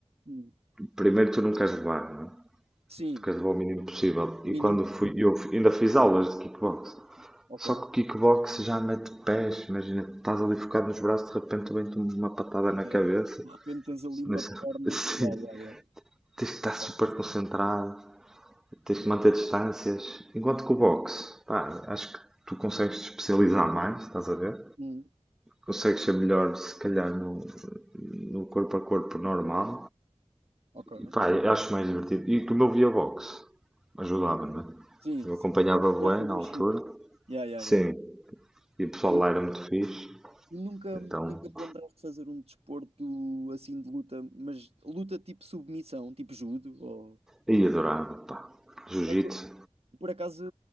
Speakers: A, on the right; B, in the centre.
A: Hum.
B: primeiro tu não queres levar, não é?
A: Sim,
B: Tu queres levar o mínimo possível.
A: mínimo
B: E quando
A: possível.
B: fui, eu fui- ainda fiz aulas de kickbox.
A: Ok.
B: Só que o kickbox já mete pés, imagina, estás ali focado nos braços, de repente vem-te uma patada na
A: Yeah.
B: cabeça.
A: De repente tens ali uma
B: Nessa-
A: perna.
B: <laughs> Sim.
A: Yeah, yeah, yeah.
B: Tens que estar
A: Epá,
B: super
A: sim.
B: concentrado, tens
A: Yeah.
B: que manter distâncias. Enquanto que o boxe, pá, acho que tu consegues te especializar mais, estás a ver?
A: Hum.
B: Consegues ser melhor, se calhar, no, no corpo a corpo normal.
A: Ok.
B: E pá, eu acho mais divertido. E como eu via boxe, ajudava, não é?
A: Sim,
B: Eu
A: sim.
B: acompanhava
A: Sempre
B: a bué
A: tiveste o
B: na
A: bichinho.
B: altura.
A: Yeah, yeah,
B: Sim.
A: yeah.
B: E o pessoal
A: Olha,
B: lá era muito fixe.
A: E nunca,
B: Então,
A: nunca ponderaste fazer um desporto assim de luta, mas luta tipo submissão, tipo judo, ou...
B: e adorava, pá. Jiu-jitsu.
A: É que, por acaso